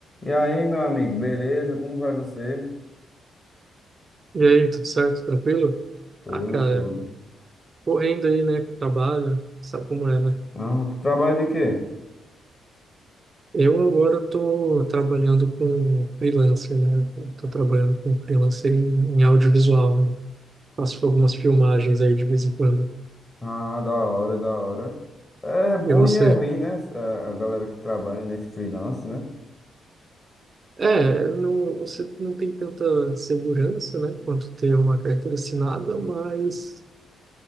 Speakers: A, on the left (about 20°); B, on the right (about 30°).
A: E aí, meu amigo, beleza? Como vai você?
B: E aí, tudo certo? Tranquilo?
A: Tudo,
B: Ah, cara,
A: tudo.
B: correndo aí, né? Trabalho, sabe como é, né?
A: Ah, tu trabalha de quê?
B: Eu agora tô trabalhando com freelancer, né? Eu Tô trabalhando com freelancer em, em audiovisual, né? Faço algumas filmagens aí de vez em quando.
A: Ah, da hora, da hora. É bom
B: E você?
A: e é ruim, né? A a galera que trabalha nesse freelance, né?
B: É, não, você não tem tanta segurança, né? Quanto ter uma carteira assinada, mas